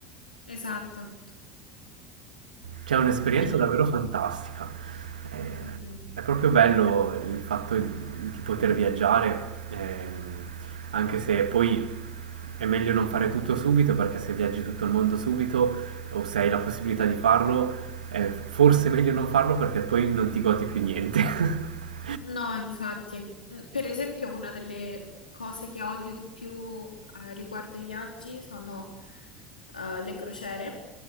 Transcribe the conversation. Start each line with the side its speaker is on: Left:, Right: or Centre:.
Left: esatto.
Right: Cioè, è un'esperienza
Left: Eh,
Right: davvero fantastica. Eh,
Left: mm, mm.
Right: È proprio bello il fatto di poter viaggiare, ehm, anche se poi è meglio non fare tutto subito, perché se viaggi tutto il mondo subito o se hai la possibilità di farlo, è forse meglio non farlo perché poi non ti godi più niente. <laughs>
Left: No, infatti, Mm, per esempio, una delle cose che odio di più eh, riguardo i viaggi sono eh, le crociere,